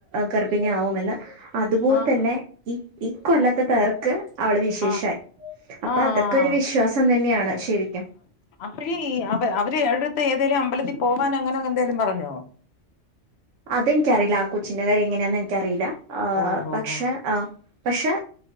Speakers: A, on the right (about 80°); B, on the left (about 65°).
A: ഗർഭിണി ആവുമെന്ന് അതുപോൽ
B: ആഹ്
A: തന്നെ ഈ ഈ കൊല്ലത്തെ തർക്ക് അവള് <unintelligible>
B: ആഹ്
A: അപ്പ
B: ആഹ്
A: അതൊ ക്കൊര് വിശ്വാസം തന്നേണ് ശെരിക്കും
B: അപ്പഴീ അവ അവര് അട്ത്ത് ഏതേലും അമ്പലത്തിൽ പോവാൻ അങ്ങനെ എന്തേലും പറഞ്ഞോ
A: അതിൻ ക്കറീല ആ കൊച്ചിന്റെ കാര്യ എങ്ങനെയാന്ന് എൻക്കറീല ആഹ്
B: ഓഹോ
A: പക്ഷെ
B: ഹോ
A: ആഹ് പക്ഷെ